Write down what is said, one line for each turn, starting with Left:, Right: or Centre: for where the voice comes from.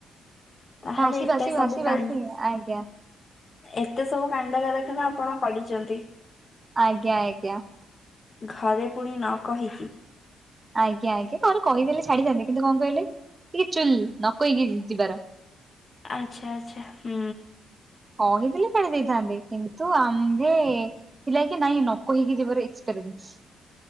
Left: ତାହେଲେ
Right: ଭାସି
Left: ଏତେ
Right: ଭାସି
Left: ସବୁ
Right: ଭାସି
Left: କାଣ୍ଡ
Right: ଭାସି ଆଞା।
Left: ଏତେ ସବୁ କାଣ୍ଡ କାରଖାନା ଆପଣ କରିଚନ୍ତି।
Right: ଆଜ୍ଞା ଆଜ୍ଞା।
Left: ଘରେ ପୁଣି ନ କହିକି।
Right: ଆଜ୍ଞା ଆଜ୍ଞା ଘରେ କହିଦେଲେ ଛାଡିଥାନ୍ତେ କିନ୍ତୁ କଣ କହିଲେ ଟିକେ ଚୁଲ ନ କହିକି ଜି ଯିବାର।
Left: ଆଛା ଆଚ୍ଛା ହୁଁ।
Right: କହିଥିଲେ ଛାଡ଼ି ଦେଇଥାନ୍ତେ କିନ୍ତୁ ଆମ୍ଭେ ଥିଲା କି ନାଇଁ ନ କହିକି ଯିବାର ଏକ୍ସପେରିଏନ୍ସ।